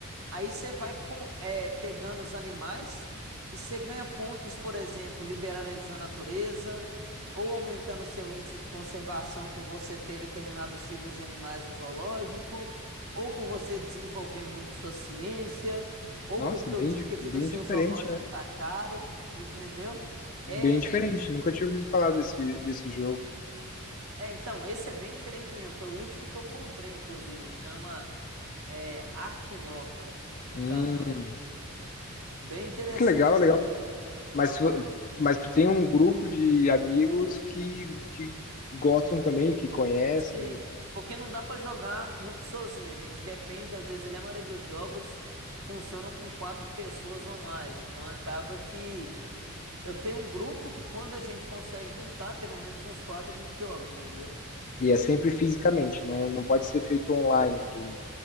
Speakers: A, on the right; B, on the left.
A: Aí você vai com- é, pegando os animais e você ganha pontos, por exemplo, liberando eles na natureza ou aumentando seu índice de conservação por você ter determinados tipos de animais no zoológico, ou por você desenvolver muito sua ciência, ou
B: Nossa,
A: porque
B: bem,
A: o ticket
B: di- bem
A: do seu
B: diferente,
A: zoológico
B: né?
A: tá caro, entendeu?
B: Bem
A: É,
B: diferente. Nunca tinha ouvido falar desse, desse jogo.
A: É, então, esse é bem diferente mesmo. Foi o último que eu comprei, inclusive. Chama é, Arkinova, no
B: Hum.
A: caso. É um nome bem interessante.
B: Que legal,
A: Tem
B: legal.
A: até que
B: Mas,
A: tal.
B: tu- mas tu tem um grupo de amigos que, que gostam também, que conhecem,
A: Sim.
B: então.
A: Porque não dá pra jogar muito sozinho. A gente depende, às vezes, ali, a maioria dos jogos funcionam com quatro pessoas ou mais. Então acaba que eu tenho um grupo que quando a gente consegue juntar, pelo menos uns quatro, a gente joga, entendeu?
B: e é sempre fisicamente, não, não pode ser feito online, por exemplo.